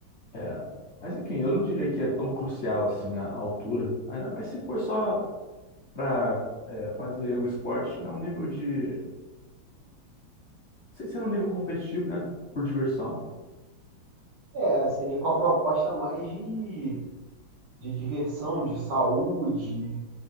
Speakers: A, on the left (about 60°); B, on the right (about 90°).
A: É, mas enfim, eu não diria que é tão crucial assim a a altura, ainda mais se for só para fazer o esporte não num nível de, sem ser um nível competitivo, né? Por diversão.
B: É, seria com a proposta mais de, de diversão, de saúde,